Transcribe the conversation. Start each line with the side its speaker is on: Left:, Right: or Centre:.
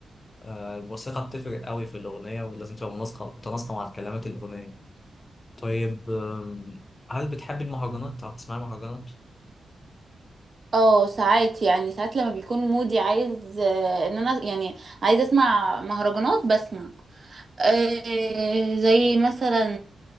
Left: آه، الموسيقى بتفرق قوي في الاغنيه ولازم تبقى مناسقه متناسقه مع كلمات الاغنيه طيب آم، هل بتحبي المهرجانات او بتسمعي مهرجانات
Right: اه ساعات يعني ساعات لما بيكون مودي عايز آه، ان انا يعني عايز اسمع مهرجانات بسمع آه، زي مثلا